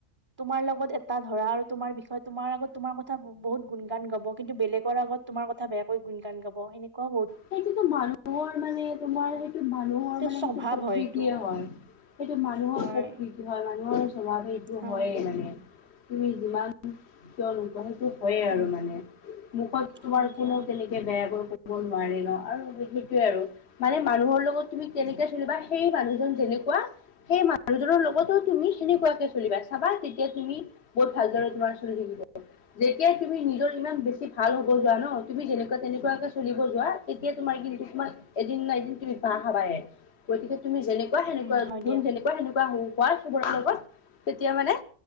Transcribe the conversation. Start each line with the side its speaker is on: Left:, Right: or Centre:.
Right: তোমাৰ লগত এটা ধৰা আৰু তোমাৰ বিষয়ে তোমাৰ আগত তোমাৰ কথা বহুত গুণগান গাব কিন্তু বেলেগৰ আগত তোমাৰ কথা বেয়াকৈ গুণ গান গাব সেনেকোৱাও
Left: সেইটোতো মানুহৰ মানে তোমাৰ সেইটো মানুহৰ মানে
Right: স্বভাৱ
Left: এইটো প্ৰকৃতিয়ে
Right: হয় এইটো
Left: হয়। সেইটো মানুহৰ
Right: হয়
Left: প্ৰকৃতি। কি হয় মানুহৰ স্বভাৱেই এইটো
Right: হয়
Left: হয়েই মানে তুমি যিমান কিয় নোকোৱা সেইটো হয়ে
Right: উম
Left: আৰু মানে মুখত তোমাৰ
Right: হয় দিয়া
Left: কোনেও তেনেকে বেয়াকৈ ক'ব নোৱাৰে ন' আৰু সেইটোৱে আৰু। মানে মানুহৰ লগত তুমি কেনেকে চলিবা সেই মানুহজন যেনেকুৱা সেই মানুহজনৰ‌ লগতো তুমি সেনেকুৱাকে চলিবা চাবা তেতিয়া তুমি বহুত ভালদৰে তোমাৰ চলি থাকিব। যেতিয়াাই তুমি নিজৰ ইমান বেছি ভাল হ'ব যোৱা ন' তুমি যেনেকুৱা তেনেকুৱাকে চুলি ব যোৱা তেতিয়া তোমাৰ কিন্তু তোমাৰ এদিন না এদিন তুমি বাহ খাবায়ে গতিকে তুমি যেনেক কোৱা সেনেকোৱা
Right: উম হয় দিয়া
Left: যোন যেনে কোৱা তেনেকুৱা সেনেকুৱা সেইবোৰৰ লগত তেতিয়া মানে